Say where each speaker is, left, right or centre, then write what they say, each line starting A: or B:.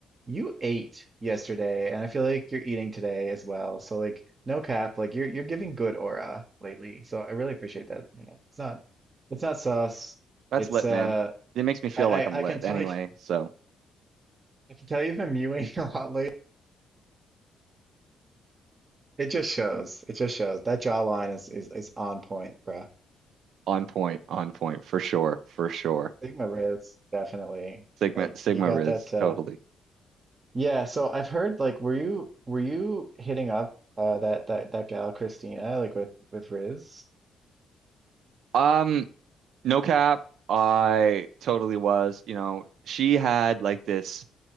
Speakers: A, on the right (about 35°); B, on the right (about 70°).
A: you ate yesterday and I feel like you're eating today as well. So like no cap, like you're you're giving good aura lately. So I really appreciate that. you know. It's not it's not sus.
B: that's
A: It's
B: lit,
A: uh
B: man. It makes me feel
A: I,
B: like I'm
A: I,
B: lit
A: I can tell
B: anyway.
A: <laughs> you
B: So
A: I can tell you've been mewing <laughs> a lot lately. It just shows. It just shows. That jawline is is, is on point, bruh.
B: On point, on point, for sure, for sure.
A: Sigma Riz, definitely.
B: Sigma
A: Like
B: Sigma
A: you got
B: Riz,
A: that uh
B: totally.
A: Yeah, so I've heard like were you were you hitting up uh that that that gal Christina like with with Riz?
B: Um, no cap, I totally was. You know, she had like this